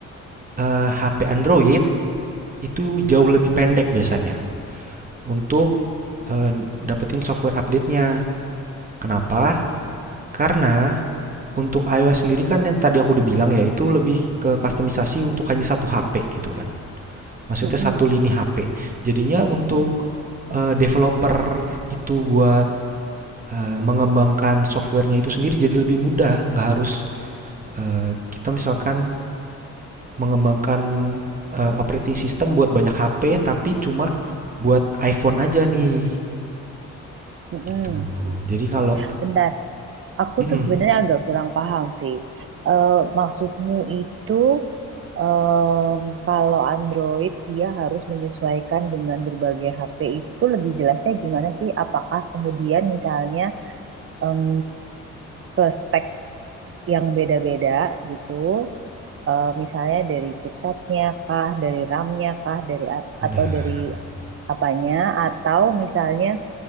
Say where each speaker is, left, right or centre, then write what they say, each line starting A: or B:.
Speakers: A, on the right; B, on the right.
A: eh, HP Android itu jauh lebih pendek biasanya untuk eh, dapetin software update-nya. Kenapa? Karena untuk iOS sendiri kan yang tadi aku udah bilang ya, itu lebih ke customisasi untuk hanya satu HP gitu kan. Maksudnya
B: Mm-mm,
A: satu lini HP. Jadinya untuk
B: mm-mm,
A: eh, developer itu buat eh, mengembangkan softwarenya itu sendiri jadi lebih mudah. Nggak harus eh, kita misalkan mengembangkan eh, operating system buat banyak HP, tapi cuma buat iPhone aja nih.
B: mm-mm.
A: Gitu. Jadi kalau,
B: Bentar. Aku
A: Mm-mm,
B: tuh sebenarnya agak kurang paham, Vi. Eh, maksudmu itu em, kalau Android dia harus menyesuaikan dengan berbagai HP itu lebih jelasnya gimana sih? Apakah kemudian misalnya em, ke spek yang beda-beda gitu, eh, misalnya dari chipsetnya kah, dari RAM-nya kah, dari a-
A: bener.
B: atau dari apanya? Atau misalnya